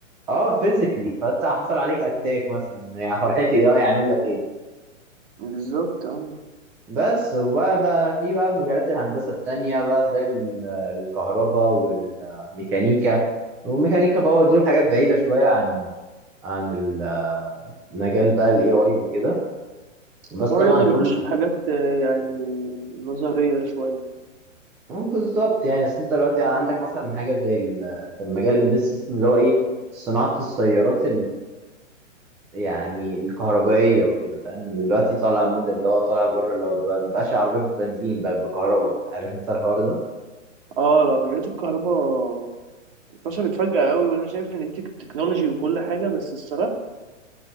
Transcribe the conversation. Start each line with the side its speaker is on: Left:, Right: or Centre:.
Centre: اه فيزيكلي فانت حصل عليك اتاك
Right: مم.
Centre: مثلا يعني فرحتي إيه؟ اه يعمل لك ايه
Right: بالظبط اه
Centre: بس وبقى بقى في بقى مجالات الهندسة التانية بقى زي ال- الكهرباء والميكانيكا والميكانيكا باور دول حاجات بعيدة شوية عن عن ال- مجال بقى الاي اي وكده بس طبعا
Right: هو يقدر
Centre: كله
Right: يخش
Centre: بي...
Right: في حاجات آه، يعني نظرية شوية
Centre: بالظبط يعني اصل انت دلوقتي عندك مثلا حاجة زي ال... كان مجال امبيد سيستم اللي هو ايه صناعة السيارات يعني الكهربائية وكده فاهم دلوقتي طالع موديل اللي هو طالع بره اللي هو بقى- مبقاش عربية بنزين بقى بكهرباء عارف انت الحوار ده
Right: اه العربيات الكهرباء انتشرت فجأة قوي وانا شايف ان دي التكنولوجي وكل حاجة بس الصراحة